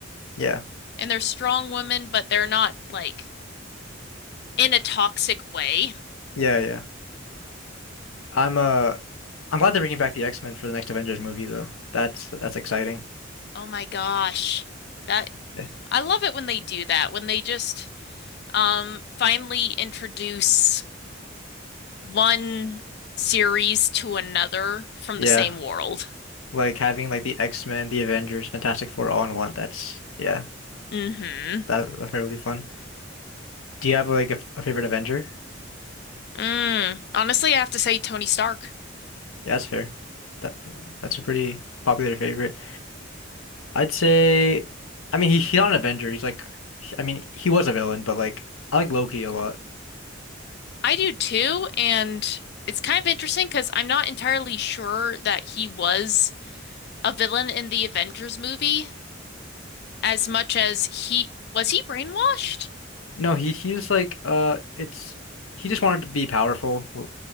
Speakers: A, on the left; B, on the left.
A: Yeah.
B: and they're strong women, but they're not like in a toxic way.
A: Yeah, yeah. I'm uh I'm glad they're bringing back the X-Men for the next Avengers movie though. That's that's exciting.
B: Oh my gosh. That
A: Yeah.
B: I love it when they do that, when they just um finally introduce one series to another from
A: Yeah.
B: the same world.
A: Like having like the X-Men, the Avengers, Fantastic Four all in one. That's yeah.
B: Mm-hmm.
A: That that's really fun. Do you have like a, f- a favorite Avenger?
B: Mm. Honestly, I have to say Tony Stark.
A: Yeah, that's fair. That that's a pretty popular favorite. I'd say, I mean, he, he's not an Avenger. He's like, he- I mean, he was a villain, but like, I like Loki a lot.
B: I do too, and it's kind of interesting because I'm not entirely sure that he was a villain in the Avengers movie as much as he was he brainwashed?
A: No, he he was like, uh, it's he just wanted to be powerful, Well,